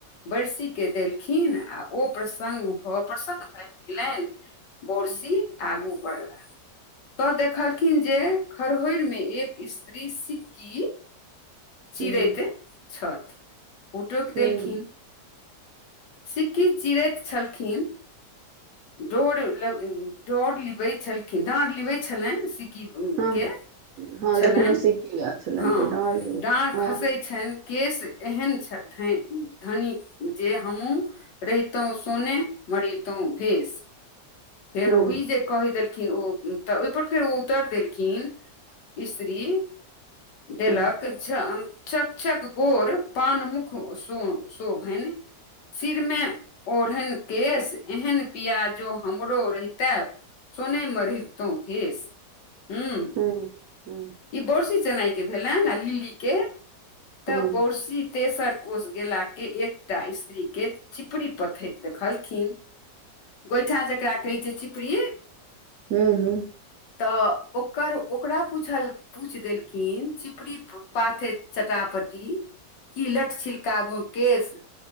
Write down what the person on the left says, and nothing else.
बर्स के देलखिन आ ओ प्रसङ्ग भ प्रसन्न भऽ भेलनि बोरसी आगू बढ़ला त देखलखिन जे खरहोइर मे एक स्त्री सिक्की चिरैत
छ ओटोक
देलखिन सिक्की चिड़ैत छलखिन। डोर लऽ डोर लिबै छलखिन डाढ़ लिबे छलनि
के
छलनि
हँ
डाँढ़
खसै छनि केश एहन छथि धनी जे हमहूँ रहितो सोने मरीतहु भेष फेर
ई जे कहि देलकऽ न ओ तऽ ओहिपर फेर ओ उतरि देलखिन स्त्री देलक
चान चकचक गोर पानमुख शो शोभनि। सिरमे ओढ़न केश एहन पिया जो हमरो रहिते सोने मेरगतहु भष हूँ
इ बोड़सी चेनाई के भेल हन आ लिल्ली के
तऽ बोड़सी तेसर कोष गेला कऽ एकटा स्त्री के चिपरी पथैत देखलखिन। गोइठा जकरा कहै छै चिपरीी
तऽ ओकर ओकरा पूछल पूछ देलखिन चिपरी पाथे चटापटी की लट छिलकागू केश